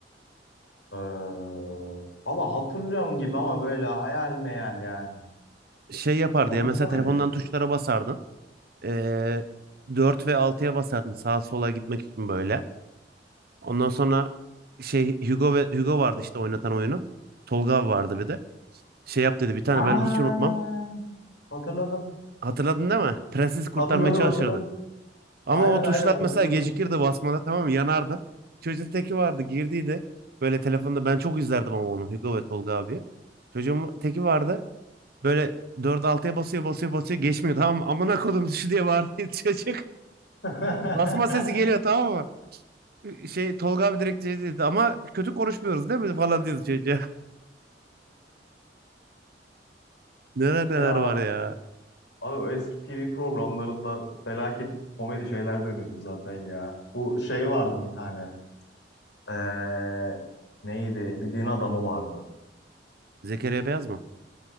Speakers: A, on the left (about 80°); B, on the right (about 60°).
A: Ee, valla hatırlıyorum gibi ama böyle hayal meyal yani.
B: Şey yapardı
A: Anlatsana
B: ya mesela telefondan
A: bir.
B: tuşlara basardın. Ee, 4 ve altıya basardın sağa sola gitmek için böyle. Ondan sonra şey Hugo ve Hugo vardı işte oynatan oyunu. Tolga abi vardı bir de. Şey yap dedi bir tane
A: Ha
B: ben hiç unutmam.
A: hatırladım.
B: Hatırladın değil mi? Prensesi kurtarmaya
A: Hatırladım
B: çalışırdı.
A: hatırladım.
B: Ama
A: Aynen
B: o tuşlar
A: aynen hatırladım.
B: mesela gecikirdi basmada tamam mı? Yanardın. Çocuğun teki vardı girdiydi. Böyle telefonda ben çok izlerdim ama onu Hugo ve Tolga abi. Çocuğun teki vardı. Böyle dört altıya basıyor basıyor basıyor geçmiyor tamam mı? Amına kodum düşü diye bağırıyor <laughs> çocuk.
A: <laughs>
B: Basma sesi geliyor tamam mı? Şey Tolga abi direkt şey dedi ama kötü konuşmuyoruz değil mi falan diyordu çocuğa. <laughs> Neler neler
A: Ya
B: var ya.
A: Abi o eski TV programlarında felaket komedi şeyler dönüyordu zaten ya. Bu şey vardı bir tane. Ee, neydi? Bir din adamı vardı.
B: Zekeriya Beyaz mı?